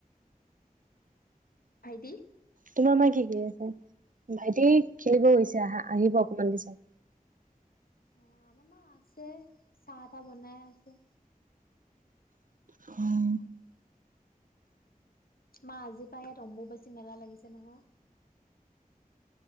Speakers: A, on the left; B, on the right.
A: ভাইটি?
B: তোমাৰ মাৰ কি কৰি আছে? ভাইটি খেলিব গৈছে আহিব অকমান পিছত
A: অ' আমাৰ মা আছে চাহ তা বনাই আছে।
B: অ'
A: মা আজিৰ পৰা ইয়াত অম্বুবাচী মেলা লাগিছে নহয়।